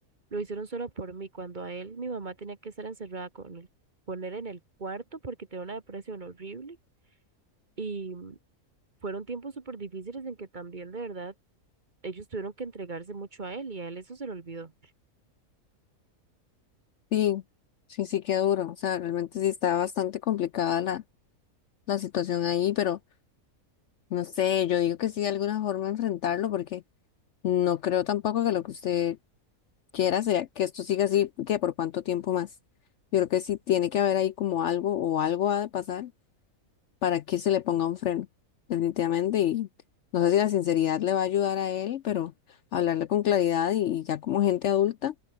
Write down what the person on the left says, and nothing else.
Sí, sí, sí, qué duro. O sea, realmente sí está bastante complicada la, la situación ahí, pero no sé, yo digo que sí de alguna forma enfrentarlo, porque no creo tampoco que lo que usted quiera sea que esto siga así, que por cuánto tiempo más. Yo creo que sí tiene que haber ahí como algo o algo ha de pasar para que se le ponga un freno, definitivamente. Y no sé si la sinceridad le va a ayudar a él, pero hablarle con claridad y, y ya como gente adulta,